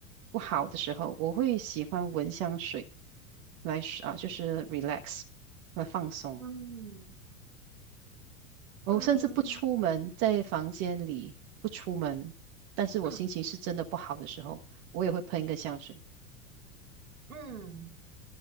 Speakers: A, on the right (about 45°); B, on the right (about 80°).
A: 不好的时候，我会喜欢闻香水来啊，就是 relax 来放松。
B: 嗯
A: 我甚至不出门，
B: 嗯
A: 在房间里不出门，但是我心情是真的不好的时候，
B: 嗯。
A: 我也会喷一个香水。
B: 嗯